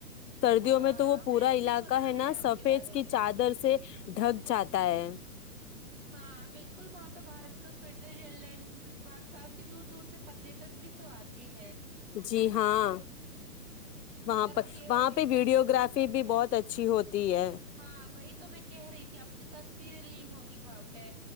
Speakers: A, on the left; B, on the right.
A: سردیوں
B: ہاں
A: میں تو وہ پورا
B: میں نے
A: علاقہ
B: بھی سنا
A: ہے نا
B: آپ
A: سفید
B: کے بارے
A: کی
B: میں
A: چادر سے ڈھک جاتا ہے
B: ہاں بالکل <unintelligible> وہاں پہ بارت کا سویٹر ر لینڈ باگ کافی دور دور سے پریٹن بھی تو آتے ہیں
A: جی ہاں وہاں
B: اور
A: پ
B: کہ وہیں
A: وہاں پہ ویڈیو گرافی بھی بہت اچھی ہوتی ہے
B: ہاں بئی <inaudible> تو میں کہہ رہی تھی آپ نے تصویریں لی ہوں گی وہاں پہ